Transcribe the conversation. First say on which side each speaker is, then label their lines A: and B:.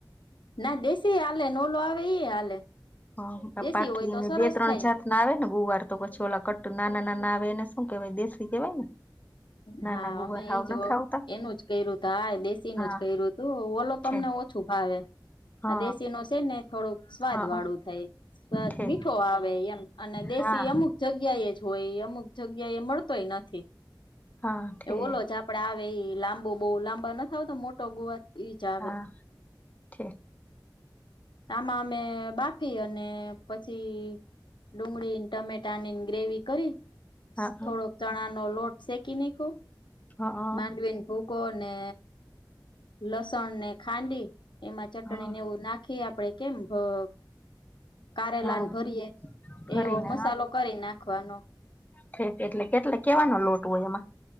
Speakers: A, on the left (about 80°); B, on the left (about 20°).
A: ના દેસી હાલે ને ઓલો આવે ઈ એ હાલે.
B: હા પપ્પા
A: દેશી
B: કેય
A: હોય તો સરસ
B: બે ત્રણ
A: થાય
B: જાત ના આવે ને ગુવાર તો પછી ઓલા કટ્ટ નાના નાના આવે એને શું કેહેવાય દેેશી કેહેવાય ને ના
A: હા
B: ના ગુવાર
A: અમે
B: હાવ
A: ઈ જ
B: નથી
A: વ
B: આવતા
A: એનું જ કર્યું તું હા એ દેશીનું
B: હા
A: જ કર્યું તું ઓલો તો
B: છે
A: અમને ઓછું ફાવે
B: હા
A: આ દેશી નો છે ને થોડુંક સ્વાદ
B: હા
A: વાળું થાય એ સ્વાદ
B: છે
A: મીઠો આવે એમ અને દેશી
B: હા
A: અમુક જગ્યા એ જ હોય અમુક જગ્યા એ મળતોય નથી.
B: હા છે
A: એ ઓલો જ આપડે આવે ઈ લાંબો બો લાંબા નથી આવતા મોટો ગોવાર ઈ જ આવે.
B: હા છે
A: આમાં અમે બાફયે અને પછી ડુંગળીને, ટમેટા ની ગ્રેવી કરી
B: હા
A: થોડોક ચણા નો લોટ શેકી નાયખો
B: હા
A: માંડવીને ભૂકો ને લસણ ને ખાંડી એમાં ચટણીને
B: હા
A: એવું નાખી આપડે કેમ ભ કારેલાને
B: હા
A: ભરીયે
B: ભરીને
A: એવો મસાલો કરી નાખવાનો.
B: થોડુંક એટલે કેટલે કેવાનો લોટ હોય એમાં